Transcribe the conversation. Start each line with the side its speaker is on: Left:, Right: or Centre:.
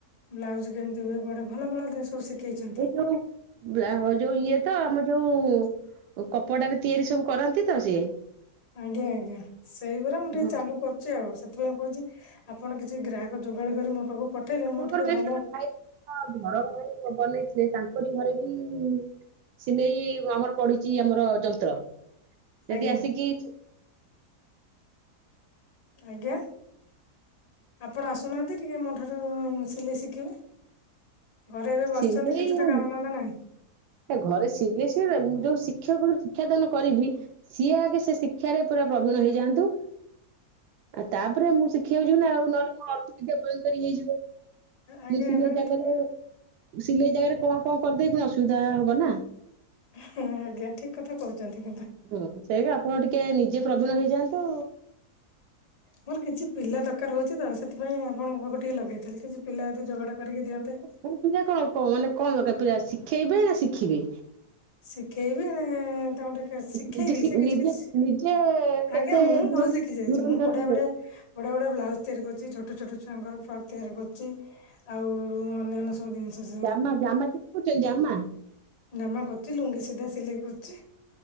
Left: ବ୍ଲାଉଜ କେମିତି ହୁଏ, ବଡ ଭଲ ଭଲ ଡେ ସବୁ ଶିଖ। କେଇଚନ୍ତି।
Right: ଏଇ ଯୋଉ ଇଏ ତ ଆମ ଯୋଉ। ଓ କପଡାରେ ତିଆରି ସବୁ କରନ୍ତି ତ ସିଏ।
Left: ଆଜ୍ଞା ଆଜ୍ଞା, ସେଇଗୁରା ମୁଁ ଟିକେ
Right: ହଁ
Left: ଚାଲୁ କର। ଚି ଆଉ, ସେଥିପାଇଁ କହୁଚି ଆପଣ କିଛି ଗ୍ରାହାକ ଯୋଗାଡ କରି ମୋ ପାଖକୁ ପଠେଇଲେ ମୁଁ
Right: ଆପଣଙ୍କର
Left: ଟିକେ ଭଲ।
Right: ଭାଇ ଘର ଭାଇ ବନେଇଥିଲେ ତାଙ୍କରି ଘରେ ବି। ସିଲେଇ ଆମର ପଡିଚି ଆମର ଯନ୍ତ୍ର ଯଦି
Left: ଆଜ୍ଞା
Right: ଆସିକି।
Left: ଆଜ୍ଞା। ଆପଣ ଆସୁନାହାନ୍ତି ଟିକେ ମୋ ଠାରୁ ସିଲେଇ ଶିକିବେ। ଘରେ ଏବେ ବସିଚନ୍ତି
Right: ସିଲେଇ
Left: କିଛି ତ
Right: ଆ
Left: କାମଧନ୍ଦା ନାହିଁ।
Right: ଘରେ ସିଲେଇ ସିଏ ଯୋଉ ଶିକ୍ଷକ ଶିକ୍ଷାଦାନ କରିବି। ସିଏ ଆଗେ ସେ ଶିକ୍ଷାରେ ପୁରା ପ୍ରବୀଣ ହେଇଯାଆନ୍ତୁ। ଆଉ ତାପରେ ମୁଁ ଶିଖିଆକୁ ଯିବି ନା ଆଉ। ନହେଲେ ମୋ ଅର୍ଥବିଦ୍ୟା ଭୟଙ୍କରୀ ହେଇଯିବ।
Left: ଆଜ୍ଞା
Right: ମୁଁ ସିଲେଇ
Left: ଏଟା
Right: ଜାଗାରେ, ସିଲେଇ ଜାଗାରେ କଣ କଣ କରିଦେବି ପୁଣି ଅସୁବିଧା ହବ ନା।
Left: ହୁଁ ଆଜ୍ଞା, ଠିକ୍ କଥା କହୁଚନ୍ତି କିନ୍ତୁ।
Right: ହୁଁ ସେଇ ଆପଣ ଟିକେ ନିଜେ ପ୍ରବୀଣ ହେଇଯାଆନ୍ତୁ
Left: ମୋର କିଛି ପିଲା ଦରକାର ହଉଛି ତ ସେଥିପାଇଁ ଆପଣ ପାଖକୁ ଟିକେ ଲଗେଇଥିଲେ କିଛି ପିଲା ଯଦି ଯୋଗାଡ଼ା କରିକି ଦିଅନ୍ତେ
Right: ମ ପିଲା କଣ କ ମାନେ କଣ ଦରକାର ପିଲା ଶିଖେଇବେ ନା ଶିଖିବେ?
Left: ଶିଖେଇବି ତାଙ୍କୁ ଟିକେ ଶିଖେଇବି
Right: ନିଜେ
Left: ସେ କିଛି
Right: ନିଜେ
Left: କିଛି
Right: ନିଜେ କେତେ
Left: ଆଜ୍ଞା ମୁଁ
Right: ଦୂର
Left: ଭଲ ଶିଖି ଯାଇଛି
Right: ଧୁରନ୍ଧର
Left: ମୁଁ ବଢିଆ
Right: ହେଲେ
Left: ବଢିଆ ବଡ଼ିଆ ବଢ଼ିଆ ବ୍ଲାଉଜ ତିଆରି କରୁଛି ଛୋଟ ଛୋଟ ଛୁଆଙ୍କର ଫ୍ରକ୍ ତିଆରି କରୁଛି। ଆଉ ଅନ୍ୟାନ୍ୟ ସବୁ ସବୁ ଜିନିଷ ସି <unintelligible>
Right: ଜାମା ଜାମା ଶିଖୁଛ ଜାମା।
Left: ଜାମା କରୁଛି ଲୁଙ୍ଗି ସିଧା ସିଲେଇ କରୁଛି।